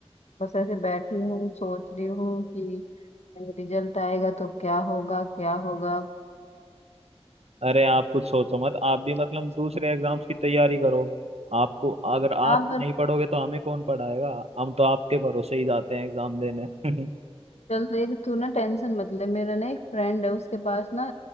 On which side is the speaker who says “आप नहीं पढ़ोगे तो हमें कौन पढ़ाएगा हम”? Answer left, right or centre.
Right